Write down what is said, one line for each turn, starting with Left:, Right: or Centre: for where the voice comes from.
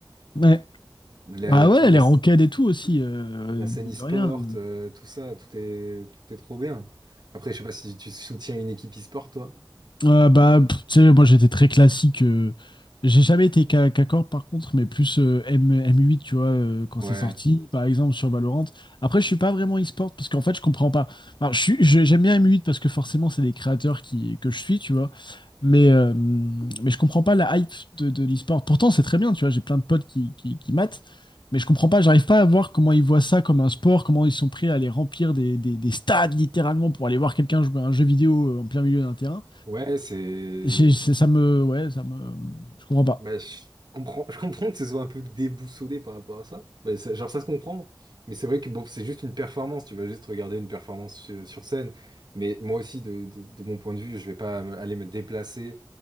Left: Ouais.
Right: La,
Left: Ah ouais,
Right: toute la,
Left: les ranked et tout aussi, euh,
Right: la scène
Left: mine
Right: e-sport,
Left: de rien.
Right: euh, tout ça, tout est, tout est trop bien. Après, je sais pas si tu soutiens une équipe e-sport, toi.
Left: Euh, bah, pff, tu sais, moi j'étais très classique. euh, j'ai jamais été qu'à qu'à par contre, mais plus euh, M, M8, tu vois, euh, quand c'est
Right: Ouais.
Left: sorti, par exemple sur Valorant. Après, je suis pas vraiment e-sport parce qu'en fait, je comprends pas. Enfin, je suis- je- j'aime bien M8 parce que forcément, c'est des créateurs qui, que je suis, tu vois. Mais, euh, mais je comprends pas la hype de, de l'e-sport. Pourtant, c'est très bien, tu vois, j'ai plein de potes qui, qui, qui matent, mais je comprends pas, j'arrive pas à voir comment ils voient ça comme un sport, comment ils sont prêts à aller remplir des, des, des stades littéralement pour aller voir quelqu'un jouer à un jeu vidéo euh, en plein milieu d'un terrain.
Right: Ouais, c'est.
Left: J'ai- c'est- ça me, ouais, ça me, je comprends pas.
Right: Bah, je comprends, je comprends que ce soit un peu déboussolé par rapport à ça. Mais ça- genre, ça se comprend. Mais c'est vrai que bon, c'est juste une performance. Tu vas juste regarder une performance sur, sur scène. Mais moi aussi, de, de- de mon point de vue, je vais pas me- aller me déplacer